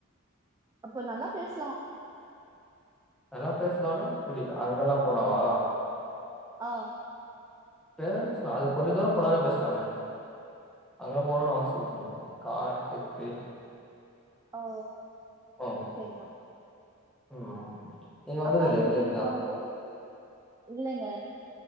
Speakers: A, on the right; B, in the centre.
A: அப்ப நல்லா பேஸ்லா
B: நல்லா பேசலானா புரில அங்கெல்லா போனாவா
A: ஆ
B: ட்ட சோ அது கொஞ்சோ தூரம் போனாலே பேசுலாமே அங்க போனுன் அவசியங்கெடையா காட்டுக்கு
A: ஓ
B: ஓ
A: பேசா
B: ம் நீங்க வந்தது
A: அப்பாக்கு
B: இல்லையா
A: எப்பிடி
B: வில்லேஜ்லா
A: இருக்கு ஒடம்பு இல்லங்க